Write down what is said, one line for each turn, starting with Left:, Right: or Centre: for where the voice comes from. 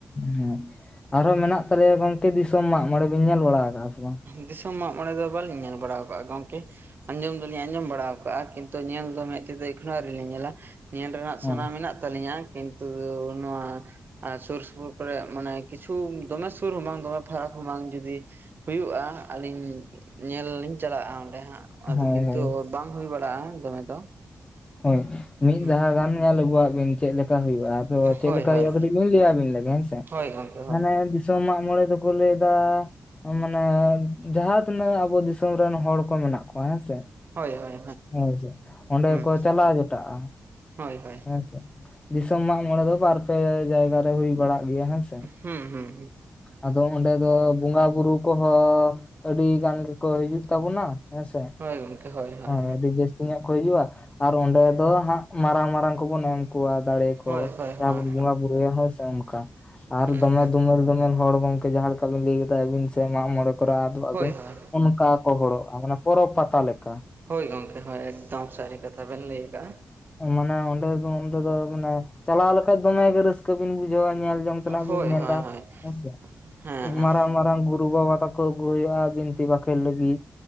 Left: ᱦᱮᱸ ᱟᱨᱦᱚᱸ ᱢᱮᱱᱟᱜ ᱛᱟᱞᱮᱭᱟ ᱜᱚᱝᱠᱮ ᱫᱤᱥᱚᱢ ᱢᱟᱜ ᱢᱚᱬᱮ ᱵᱤᱱ ᱧᱮᱞ ᱵᱟᱲᱟ ᱟᱠᱟᱫᱟ-ᱟ ᱥᱮ ᱵᱟᱝ
Right: ᱫᱤᱥᱚᱢ ᱢᱟᱜ ᱢᱚᱲᱮ ᱫᱚ ᱵᱟᱞᱤᱧ ᱧᱮᱞ ᱵᱟᱲᱟ ᱟᱠᱟᱫ-ᱟ ᱜᱚᱝᱠᱮ ᱟᱸᱡᱚᱢ ᱫᱚ ᱟᱸᱡᱚᱢ ᱵᱟᱲᱟᱣ ᱟᱠᱟᱜ-ᱟ ᱠᱤᱱᱛᱩ ᱧᱮᱞ ᱫᱚ ᱢᱮᱫ ᱛᱮᱫᱚ ᱮᱠᱷᱱᱟᱚᱣ ᱨᱮ ᱞᱤᱧ ᱧᱮᱞᱟ ᱧᱮᱞ ᱨᱮᱱᱟᱜ
Left: ᱦᱮᱸ
Right: ᱥᱟᱱᱟ ᱢᱮᱱᱟᱜ ᱛᱟᱹᱟᱞᱤᱧᱟ ᱠᱤᱱᱛᱩ ᱱᱚᱣᱟ ᱟᱨ ᱥᱩᱨ ᱥᱩᱯᱩᱨ ᱠᱚᱨᱮ ᱢᱟᱱᱮ ᱠᱤᱪᱷᱩ ᱫᱚᱢᱮ ᱥᱩᱨ ᱦᱚᱸᱢᱟᱝ ᱫᱚᱢᱮ ᱯᱷᱟᱨᱟᱠ ᱦᱚᱸᱢᱟᱝ ᱡᱩᱫᱤ ᱦᱩᱭᱩᱜ-ᱟ ᱟᱹᱞᱤᱧ ᱧᱮᱞ ᱞᱤᱧ ᱪᱟᱞᱟᱜ-ᱟ ᱚᱸᱰᱮ ᱦᱟᱸᱜ ᱟᱫᱚ
Left: ᱦᱳᱭ
Right: ᱠᱤᱱᱛᱩ
Left: ᱦᱳᱭ
Right: ᱵᱟᱝ ᱦᱩᱭ ᱵᱟᱲᱟᱜ-ᱟ ᱫᱚᱢᱮ ᱫᱚ
Left: ᱦᱚᱭ ᱢᱤᱫ
Right: ᱦᱩᱸ
Left: ᱫᱟᱦᱟ ᱜᱟᱱ ᱧᱮᱞ ᱟᱹᱜᱩᱣᱟᱜ ᱵᱤᱱ ᱪᱮᱫ ᱞᱮᱠᱟ ᱦᱩᱭᱩᱜ-ᱟ᱾ ᱛᱚ ᱪᱮᱫ
Right: ᱦᱳᱭ
Left: ᱞᱮᱠᱟ
Right: ᱦᱳᱭ
Left: ᱦᱩᱭᱩᱜ-ᱟ ᱟᱫᱚ ᱞᱤᱧ ᱞᱟᱹᱭᱟᱵᱤᱱ ᱞᱮᱜᱮ ᱦᱮᱸᱥᱮ
Right: ᱦᱳᱭ ᱜᱚᱝᱠᱮ ᱦᱳᱭ
Left: ᱢᱟᱱᱮ ᱡᱤᱥ ᱛᱚ ᱢᱟᱜ ᱢᱚᱬᱮ ᱫᱚᱠᱚ ᱞᱟᱹᱭᱫᱟ ᱛᱚ ᱢᱟᱱᱮ ᱡᱟᱦᱟᱸ ᱛᱤᱱᱟᱹᱜ ᱟᱵᱚ ᱫᱤᱥᱚᱢ ᱨᱮᱱ ᱦᱚᱲ ᱠᱚ ᱢᱮᱱᱟᱜ ᱠᱚᱣᱟ ᱦᱮᱸ ᱥᱮ
Right: ᱦᱳᱭ ᱦᱳᱭ
Left: ᱦᱮᱸ ᱥᱮ ᱚᱸᱰᱮ
Right: ᱦᱩᱸ
Left: ᱠᱚ ᱪᱟᱞᱟᱣ ᱡᱚᱴᱟᱜ-ᱟ
Right: ᱦᱳᱭ ᱦᱳᱭ
Left: ᱦᱮᱸ ᱥᱮ ᱫᱤᱥᱚᱢ ᱢᱟᱜ ᱢᱚᱬᱮ ᱫᱚ ᱵᱟᱨ ᱯᱮ ᱡᱟᱭᱜᱟ ᱨᱮ ᱦᱩᱭ ᱵᱟᱲᱟᱜ ᱜᱮᱭᱟ ᱦᱮᱸᱥᱮ
Right: ᱦᱩᱸ ᱦᱩᱸ
Left: ᱟᱫᱚ ᱚᱸᱰᱮ ᱫᱚ ᱵᱚᱸᱜᱟ ᱵᱩᱨᱩ ᱠᱚᱦᱚᱸ ᱟᱹᱰᱤ ᱜᱟᱱ ᱜᱮᱠᱚ ᱦᱤᱡᱩᱜ ᱛᱟᱵᱚᱱᱟ᱾ ᱦᱮᱸ ᱥᱮ
Right: ᱦᱳᱭ ᱜᱚᱢᱠᱮ ᱦᱳᱭ ᱦᱳᱭ
Left: ᱦᱚᱭ ᱟᱹᱰᱤ ᱵᱮᱥ ᱥᱩᱧᱚᱜ ᱠᱚ ᱦᱤᱡᱩᱜᱼᱟ ᱟᱨ ᱚᱸᱰᱮ ᱫᱚ ᱦᱟᱸᱜ ᱢᱟᱨᱟᱝ ᱢᱟᱨᱟᱝ ᱠᱚᱵᱚᱱ ᱮᱢ ᱠᱚᱣᱟ ᱫᱟᱲᱮ ᱠᱚ
Right: ᱦᱳᱭ ᱦᱳᱭ ᱦᱳᱭ
Left: ᱡᱟᱦᱟᱸ
Right: ᱦᱳᱭ
Left: ᱵᱚᱱ ᱵᱚᱸᱜᱟ ᱵᱩᱨᱩᱭᱟ ᱦᱮᱸ ᱥᱮ ᱚᱱᱠᱟ ᱟᱨ
Right: ᱦᱩᱸ
Left: ᱫᱚᱢᱮ
Right: ᱦᱩᱸ
Left: ᱫᱚᱢᱮᱞ ᱫᱚᱢᱮᱞ ᱦᱚᱲ ᱜᱚᱝᱠᱮ ᱡᱟᱦᱟᱸ ᱞᱮᱠᱟ ᱟᱵᱤᱱ ᱞᱟᱹᱭ ᱠᱮᱫᱟᱭᱵᱤᱱ ᱥᱮ ᱢᱟᱜ ᱢᱚᱬᱮ ᱠᱚᱨᱮ ᱟᱫᱚᱜ
Right: ᱦᱳᱭ
Left: ᱟᱵᱤᱱ
Right: ᱦᱳᱭ
Left: ᱚᱱᱠᱟ ᱠᱚ ᱦᱚᱲᱚᱜ ᱛᱟᱢᱟᱱᱮ ᱯᱚᱨᱚᱵᱽ ᱯᱟᱛᱟ ᱞᱮᱠᱟ
Right: ᱦᱚᱭ ᱜᱚᱝᱠᱮ ᱦᱚᱭ ᱮᱠᱫᱚᱢ ᱥᱟᱹᱨᱤ ᱠᱟᱛᱷᱟ ᱵᱮᱱ ᱞᱟᱹᱭ ᱟᱠᱟᱜᱼᱟ
Left: ᱦᱚᱭ ᱢᱟᱱᱮ ᱚᱸᱰᱮ ᱫᱚ ᱚᱸᱰᱮ ᱫᱚ ᱢᱟᱱᱮ ᱪᱟᱞᱟᱣ ᱞᱮᱠᱷᱟᱡ ᱫᱚᱢᱮ ᱜᱮ ᱨᱟᱹᱥᱠᱟᱹ ᱨᱟᱹᱥᱠᱟᱹ ᱵᱤᱱ ᱵᱩᱡᱷᱟᱹᱣᱟ ᱧᱮᱞ ᱡᱚᱝ ᱛᱮ
Right: ᱦᱳᱭ
Left: ᱵᱤᱱ ᱧᱮᱞᱟ
Right: ᱦᱳᱭ ᱦᱳᱭ
Left: ᱦᱮᱸᱥᱮ
Right: ᱦᱮᱸ ᱦᱮᱸ
Left: ᱢᱟᱨᱟᱝ ᱢᱟᱨᱟᱝ ᱜᱩᱨᱩ ᱵᱟᱵᱟ ᱛᱟᱠᱚ ᱠᱚ ᱟᱹᱜᱩ ᱦᱩᱭᱩᱜ-ᱟ ᱵᱤᱱᱛᱤ ᱵᱟᱠᱷᱮᱬ ᱞᱟᱹᱜᱤᱫ